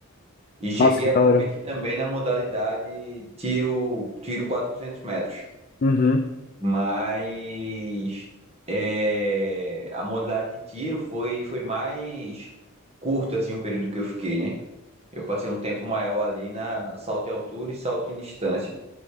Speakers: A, on the right (about 30°); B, on the left (about 45°).
A: E cheguei
B: Nossa, que
A: a
B: da
A: competir
B: hora.
A: também na modalidade tiro, tiro 400 metros.
B: Uhum.
A: Mas é, a modalidade de tiro foi, foi mais curto assim, o período que eu fiquei, né? Eu passei um tempo maior ali na, na salto em altura e salto em distância.